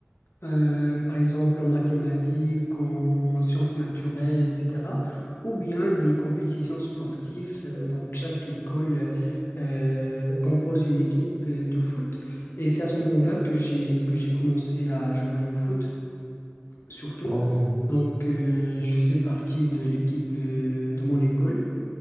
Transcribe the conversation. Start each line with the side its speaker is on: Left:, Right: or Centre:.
Left: euh, par exemple en mathématiques, en sciences naturelles, etc. Ou bien des compétitions sportives. euh, donc chaque école euh, compose une équipe euh, de foot. Et c'est à ce moment-là que j'ai que j'ai commencé à jouer au foot surtout.
Centre: Ah oui. oui.
Left: Donc, euh, je faisais partie de l'équipe euh, de mon école.